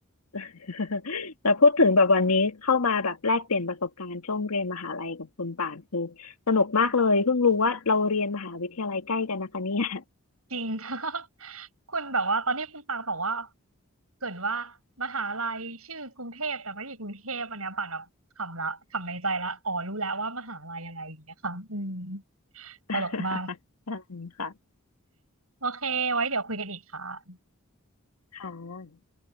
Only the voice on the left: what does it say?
<laughs> แต่พูดถึงแบบวันนี้เข้ามาแบบแลกเปลี่ยนประสบการณ์ช่วงเรียนมหาลัยกับคุณป่านคือสนุกมากเลยเพิ่งรู้ว่าเราเรียนมหาวิทยาลัยใกล้กันนะคะเนี่ย
<laughs>
ใช่ค่ะ
ค่ะ